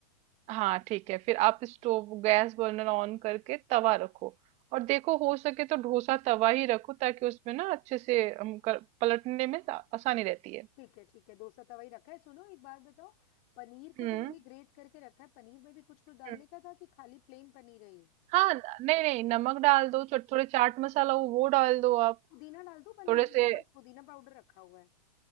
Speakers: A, on the right; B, on the left.
A: हाँ ठीक है फिर आप स्टोव गैस बर्नर ऑन करके तवा रखो और देखो हो सके तो डोसा तवा ही रखो ताकि उसमें ना अच्छे से हम कर, पलटने में आ- आसानी रहती है
B: ठीक है ठीक है डोसा तवा ही रखा है सुनो एक बात बताओ पनीर को
A: हम्म
B: जो मैंने ग्रेट करके रखा है पनीर में भी कुछ कुछ डालने
A: हम्म।
B: का था कि खाली प्लेन पनीर है ये
A: हाँ न- नहीं नहीं नमक डाल दो थो- थोड़े चाट मसाला वो वो डाल दो आप
B: पुदीना डाल दो पनीर
A: थोड़े
B: में
A: से
B: मेरे पास पुदीना पाउडर रखा हुआ है